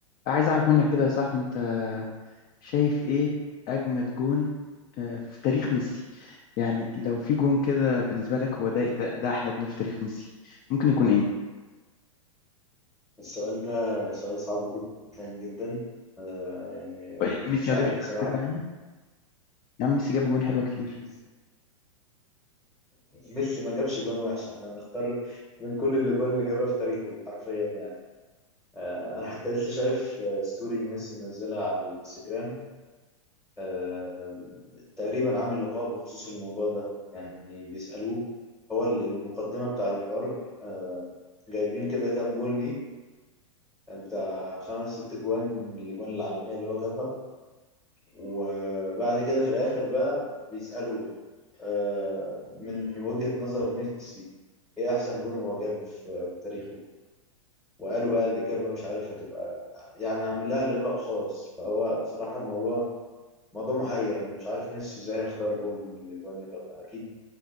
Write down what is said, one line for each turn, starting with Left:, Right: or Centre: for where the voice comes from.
Left: عايز اعرف منك كده يا صاحبي انت شايف ايه اجمد جون آه، في تاريخ ميسي يعني لو في جون كده بالنسبه لك هو ده ده, ده احلى جون في تاريخ ميسي ممكن يكون ايه
Centre: السؤال ده سؤال صعب جدا جدا آه يعني
Left: وإيه اللي
Centre: مش
Left: ميسي ما
Centre: عارف
Left: جابش جون
Centre: بصراحة
Left: حلو يعني يا عم ميسي جاب جون حلوه كتير
Centre: <laughs> ميسي ما جابش جون وحش احنا هنختار من كل اللي جون اللي جابها في تاريخه حرفيا يعني آه انا حتى لسه شايف آه، ستوري ميسي منزلها على الانستجرام آه تقريبا عامل لقاء بخصوص الموضوع ده يعني بيسألوه هو المقدمة بتاع الحوار آه، جايبين كده كام جون ليه آه، بتاع خمس ست جوان من الجوان العالمية اللي هو جابها وبعد كده في الآخر بقى بيسألوا آه، من وجهة نظر ميسي ايه احسن جون هو جابه في في تاريخه وقالوا بقى الإجابة مش عارف هتبقى يعني عامل لها لقاء خاص فهو بصراحة الموضوع موضوع محير انا مش عارف ميسي ازاي هيختار جون من الاجوان اللي جابها اكيد